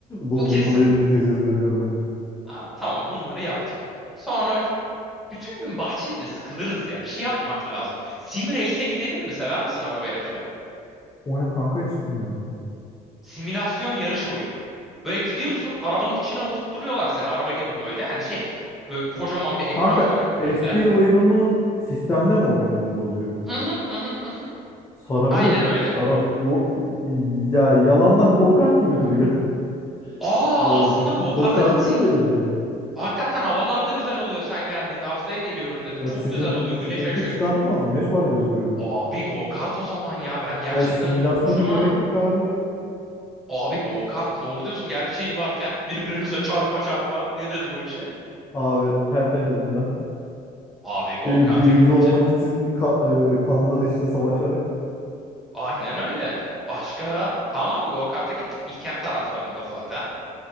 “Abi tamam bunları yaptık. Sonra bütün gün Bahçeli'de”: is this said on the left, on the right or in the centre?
Centre